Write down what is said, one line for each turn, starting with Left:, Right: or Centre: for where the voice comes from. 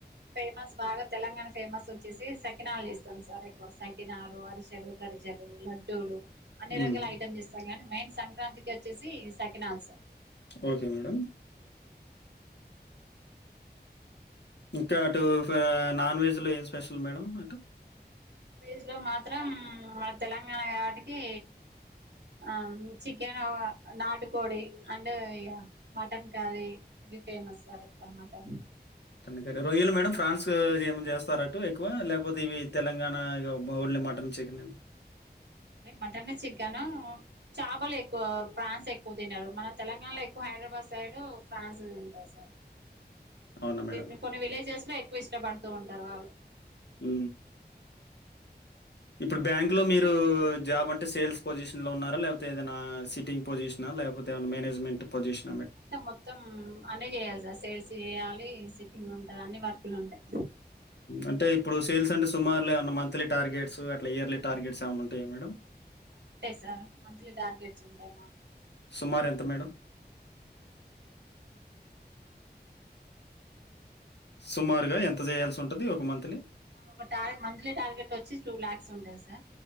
Right: ఫేమస్ బాగా తెలంగాణ ఫేమస్ వచ్చేసి సకినాలు చేస్తాం. సార్ ఎక్కువ సకినాలు, అరిసెలు, గరిజెలు లడ్డూలు. అన్ని
Left: హ్మ్.
Right: రకాల ఐటమ్స్ ఇస్తాం కానీ మెయిన్ సంక్రాంతికి వచ్చేసి సెకినాలు సర్
Left: ఓకే మేడం ఇంకా అటు నాన్ వెజ్లో ఏం స్పెషల్ మేడం అటు
Right: జ్ లో మాత్రం తెలంగాణ కాటికి ఆ చికెన్ నాటుకోడి అంటే ఇ మటన్ కర్రీ ఇది ఫేమస్ సర ఎక్వ మటన్
Left: అే రొయ్యల్ మేడం ఫ్రాన్స్ ఏమ చేస్తారట్టు ఎక్కువ లేకపోతే ఇవి Telangana only mutton chicken
Right: mutton chicken చాపలు ఎక్కువ ఫ్రాన్స్ ఎక్కువ తినారు మన తెలంగాణలో ఎక్కువ హైదరాబాద్ సైడ్ ఫ్రాన్స్ తింటారు సార్
Left: అవునా మేడం?
Right: కొ కొన్ని విలేజెస్ లో ఎక్కువ ఇష్టపడ ఉంటారు వాళ్ళు
Left: అ ఇప్పుడు బ్యాంక్ లో మీరు జాబ్ అంటే సేల్స్ పొజిషన్ లో ఉన్నారా లేకపోతే ఏదైనా సిటింగ్ పొజిషన్ లేకపోతే ఏనా మేనేజ్మెంట్ పొజిషన్
Right: అంతే మొత్తం అన్న చేయాలి సా సేల్స్ చేయాలి సిట్టింగ్ ఉంటంది అన్ని వర్క్లు ఉంటాయి
Left: అంటే ఇప్పుడు సేల్స్ అంటే సుమారులు ఏమన్నా మంత్లీ టార్గెట్స్ అట్లా ఇయర్లీ టార్గెట్స్ ఏమైన్నా ఉంటాయా మేడంమ్
Right: ఉంటాయి సార్ మంత్లీ టార్గెట్స్ ఉంటాయి మాకు
Left: సుమారు ఎంత మేడం సుమారుగా ఎంత చేయాల్సి ఉంటుది ఒక మంత్ ని
Right: మాకు ఒక ట మంత్లీ టార్గెట్ వచ్చి టూ ల్యాక్స్ ఉంటుంది సార్